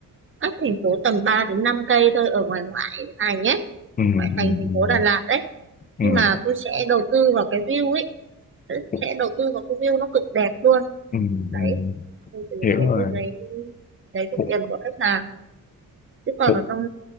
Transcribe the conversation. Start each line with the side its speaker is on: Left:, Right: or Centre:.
Right: cách thành phố tầm 3 đến 5 cây thôi ở ngoài ngoại thành nhé
Left: ừ, ừ,
Right: ngoại thành thành
Left: ừ,
Right: phố Đà Lạt đấy
Left: ừ,
Right: nhưng mà tôi sẽ đầu tư vào cái view ấy tôi
Left: ừ,
Right: sẽ đầu tư vào cái view nó cực đẹp luôn
Left: ừ,
Right: đấy
Left: ừ.
Right: thì từ
Left: hiểu
Right: đấy
Left: rồi
Right: tôi lấy lấy được
Left: Ủa,
Right: tiền của khách hàng chứ còn
Left: ủa,
Right: ở trong